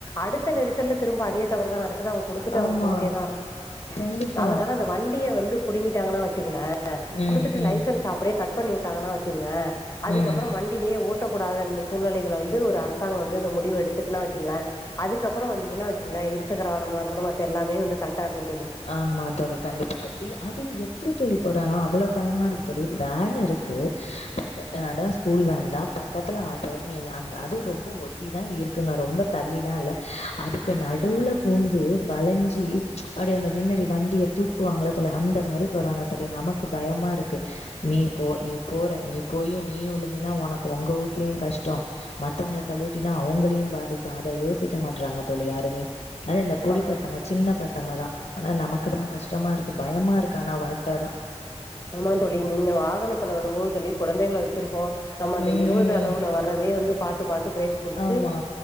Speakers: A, on the left; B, on the left.
A: அடுத்த நெரிசல்ல திரும்ப அதே தவறு தா நடக்குது அவ்ங் குடுத்துட்டு
B: ஆமா
A: அவ போயிட்டே தா இருப்
B: கண்டிப்பா
A: அதனால அந்த வண்டிய வந்து புடுங்கிட்டாங்கனு வச்சுங்ளே
B: ம்
A: குடுத்துட்டு
B: ம்
A: லைசன்ஸ் அப்டியே கட் பண்ணி விட்டாங்கன்னா வச்சுங்க அதுக்கு
B: ம்
A: அப்புற வண் டியே ஓட்டக்கூடாத இந்த சூழ்நிலைகள வந்து ஒரு அரசாங்க வந்து இந்த முடிவு எடுத்துட்டுன்னா வச்சுங்களே அதுக்கப்புற வந்தீங்கன்னா வச்சுங்களா இருசக்கர வாகனமாக இருக்கட்டு மத்த எல்லாமே வந்து கரெக்டா இருக்கு தோழி
B: ஆமா தோழி கண்டிப்பா தோழி இல்ல அது எப்டி தோழி போறானோ அவ்ளோ பயமா இருக்கு தோழி வேன் இருக் கு பக்க அது ஸ்கூல் வேன்தா பக்கத்துல ஆட்டோ நீ அந் அதுவு ரொம்ப ஒட் ட்டி தா இருக்குங்க ரொம்ப தள்ளில்லா இல்ல அதுக்கு நடுவுல பூந்து வளஞ்சி அப்டியே அந்த மின்னடி வண்டிய தூக்குவாங்கள்ள தோழி அந்த மாரி போரானுக தோழி நமக்கு பயமா இருக்கு நீ போ நீ போற நீ போயு நீயு உழுந்தீனா ஒனக்கு ஒங்க வீட்லயு கஷ்டோ மத்தவங்கள தள்ளி உட்டின்னா அவங்களையு பாதிக்கு அத யோசிக்க மாட்டறாங்க தோழி யாருமே அது இந்த பொடி
A: ஆமாம்
B: பசங்க சின்ன ப சங்க தா ஆனா நமக்கு தா கஷ்டமா இருக்கு பயமா இருக்கு ஆனா வாழ்த்ததா
A: ஆமா தோழி நீங்க வாகனத்துல வரும்போது தோழி கொழந்தைகள வச்சிருக்கோ நம்ம அந்த
B: ம்.
A: இருவது அளவுல வர்றதே வந்து பாத்து பாத்து பிரேக் புடிச்சு
B: ஆமா.